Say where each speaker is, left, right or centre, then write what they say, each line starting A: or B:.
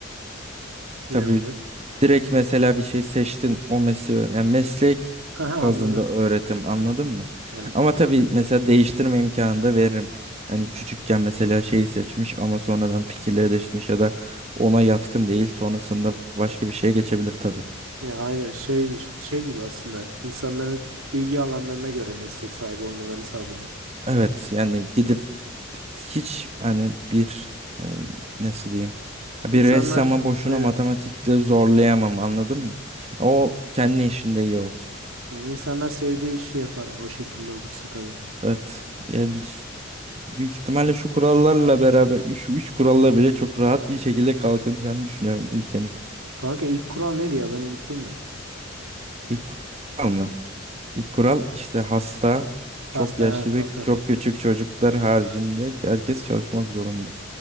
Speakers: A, on the right; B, on the right.
A: Ne
B: Tabii
A: olacak?
B: direkt mesela bir şey seçtin o mesleği yani meslek
A: Haha anladım.
B: bazında öğretim anladın mı?
A: Yani
B: Ama tabii mesela değiştirme imkanı da veririm. Hani küçükken mesela şeyi seçmiş ama sonradan fikirleri değişmiş ya da ona yatkın değil sonrasında başka bir şeye geçebilir tabii.
A: ne aynen şey şey gibi aslında insanların bilgi alanlarına göre meslek sahibi olmalarını sağlayacağım.
B: Evet yani gidip hiç yani bir yani nasıl diyeyim bir
A: İnsanlar
B: ressama boşuna
A: aynen.
B: matematikle zorlayamam anladın mı? O kendi işinde iyi olsun.
A: Yani insanlar sevdiği işi yapar o şekilde olursa tabii.
B: Evet. Yani Büyük ihtimalle şu kurallarla beraber, şu üç kuralla bile çok rahat bir şekilde kalkınacağını düşünüyorum ülkenin.
A: Kanka ilk kural neydi ya ben unuttum da.
B: İlk kural mı? İlk kural işte hasta, çok
A: Hasta
B: yaşlı
A: ha tamam
B: ve çok
A: tamam.
B: küçük çocuklar haricinde herkes çalışmak zorunda.